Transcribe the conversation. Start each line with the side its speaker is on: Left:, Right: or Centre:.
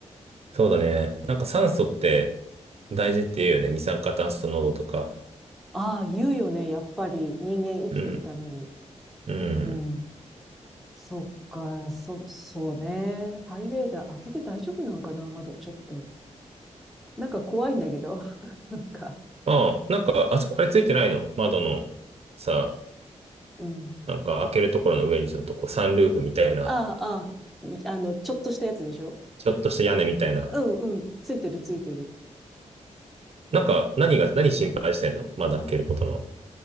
Right: そうだね。なんか酸素って大事って言うよね。二酸化炭素濃度とか。
Centre: ああ、言うよね。やっぱり人間生きていくために。
Right: うん。うん。
Centre: うん。そっか、そ、そうね。ハイウェイで開けて大丈夫なのかな窓、ちょっと。なんか怖いんだけど。<laughs> なんか、
Right: ああ、なんか、あそこあれついてないの窓のさ、
Centre: うん。
Right: なんか開けるところの上にちょっとこうサンルーフみたいな、
Centre: ああ、ああ、いあの、ちょっとしたやつでしょ
Right: ちょっとした屋根みたいな。
Centre: あうん、うん。ついてる、ついてる。
Right: なんか、何が、何心配してんの窓開けることの。